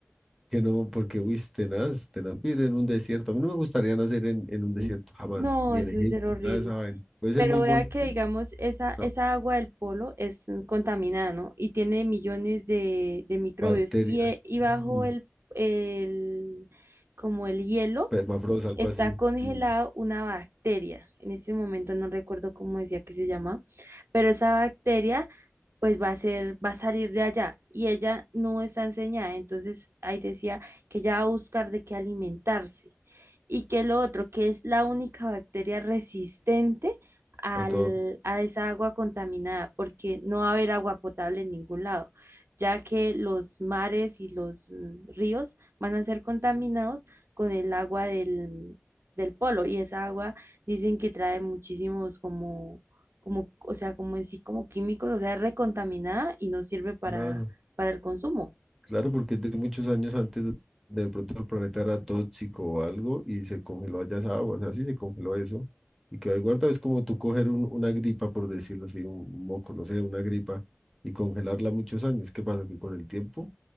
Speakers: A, in the centre; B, on the right (about 60°).
A: que no, porque uy, es tenaz, tenaz vivir en un desierto, a mí no me gustaría nacer en, en un desierto
B: mm,
A: jamás,
B: no,
A: ni
B: eso
A: en Egipto,
B: es ser horrible.
A: nada de esa vaina, puede ser
B: Pero
A: muy
B: vea
A: bonito,
B: que, digamos, esa,
A: pero no,
B: esa agua del polo es mm, contaminada, ¿no? Y tiene millones de, de microbios.
A: bacterias,
B: Y, eh, y bajo
A: mm,
B: el, el, como el hielo,
A: permafrost, algo
B: está
A: así,
B: congelado
A: mm,
B: una bacteria. En este momento no recuerdo cómo decía que se llama, pero esa bacteria pues va a ser, va a salir de allá y ella no está enseñada. Entonces ahí decía que ella va a buscar de qué alimentarse y que lo otro, que es la única bacteria resistente al,
A: a todo,
B: a esa agua contaminada, porque no va a haber agua potable en ningún lado, ya que los mares y los mm, ríos van a ser contaminados con el agua del, del polo y esa agua dicen que trae muchísimos como, como, o sea, como en sí, como químicos, o sea, es recontaminada y no sirve para,
A: claro.
B: para el consumo.
A: Claro, porque de muchos años antes de de pronto el planeta era tóxico o algo y se congeló allá esa agua, o sea, sí se congeló eso y quedó ahí guardado. Es como tú coger un- una gripa, por decirlo así, un, un moco, no sé, una gripa y congelarla muchos años. ¿Qué pasa? Que con el tiempo